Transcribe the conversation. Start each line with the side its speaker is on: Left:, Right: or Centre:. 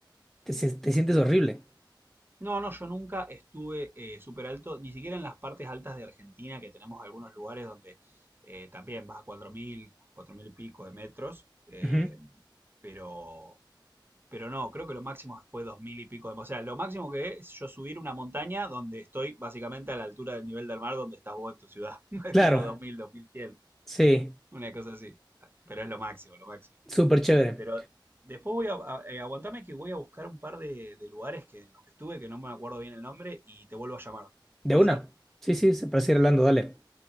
Centre: te, se- te sientes horrible.
Right: No, no, yo nunca estuve eh, súper alto, ni siquiera en las partes altas de Argentina, que tenemos algunos lugares donde eh, también vas a 4.000, 4.000 y pico de metros, eh,
Centre: Ujú.
Right: pero Pero no, creo que lo máximo fue dos mil y pico de... O sea, lo máximo que es yo subir una montaña donde estoy básicamente a la altura del nivel del mar donde estás vos en tu ciudad. <laughs>
Centre: Claro,
Right: tipo 2000, 2100,
Centre: sí,
Right: una cosa así. Pero es lo máximo, lo máximo.
Centre: <laughs> súper chévere.
Right: Pero después voy a... a- eh, aguantame que voy a buscar un par de, de lugares que, en los que estuve, que no me acuerdo bien el nombre, y te vuelvo a llamar.
Centre: De
Right: ¿Puede
Centre: una.
Right: ser?
Centre: Sí, sí, se parece ir hablando, dale.